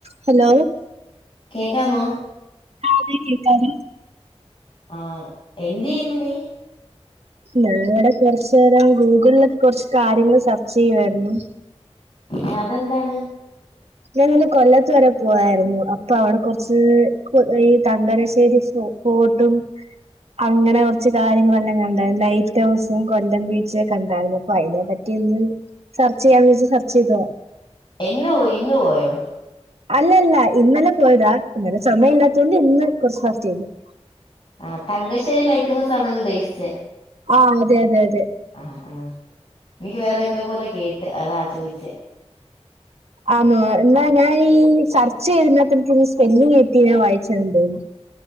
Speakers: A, on the right (about 65°); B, on the left (about 45°).
A: Hello
B: കേക്കാമോ
A: ആഹ് അതെ കേക്കാലൊ
B: ആഹ് എന്തിയ്യുന്നു നീ
A: ഞാ ഇവടെ കൊറച്ചേരം ഗൂഗിളിലൊക്കെ കൊറച്ച് കാര്യങ്ങൾ സെർച്ച് ചെയ്യുവായിരുന്നു
B: ഏഹ് അതെന്താണ്
A: ഞാനിന്ന് കൊല്ലെത്ത് വരെ പുവായിരുന്നു അപ്പൊ അവടെ കൊർച്ച് കൊർ ഈ തങ്കലശ്ശേരി സ്റ്റോ പോട്ടും അങ്ങനെ കൊർച്ച് കാര്യങ്ങളെല്ലാം കണ്ടേര്ന്നു ലൈറ്റൗസും കൊല്ലം ബീച്ച് ഒക്കെ കണ്ടാര്ന്നു അപ്പ ഐനെ പറ്റി <unintelligible> സെർച്ച് ചെയ്യാന്ന് വച്ച് സെർച്ച് ചെയ്തോ
B: എന്ന് പോയി ഇന്ന് പോയോ
A: അല്ലല്ല ഇന്നലെ പോയതാ ഇന്നലെ സമയം ഇല്ലാത്ത കൊണ്ട് ഇന്ന് കുറച്ച് <unintelligible>
B: ആഹ് തങ്കശ്ശേരി ലൈറ്റ് ഹൗസ് ആണോ നീ ഉദ്ദേശിച്ചേ
A: ആഹ് അതെ അതെ അതെ
B: ആഹ് ആഹ് എനിക്ക് വേറെ എന്തൊ പോലെ കേട്ട് അതാ ചോദിച്ചേ
A: ആന്നോ എന്നാ ഞാൻ ഈ സർച്ച് ചെയ്തതിനാത്ത് സ്പെല്ലിങ്ങെറ്റി ഞാൻ വായിച്ചെന്ന് തോന്നുന്നു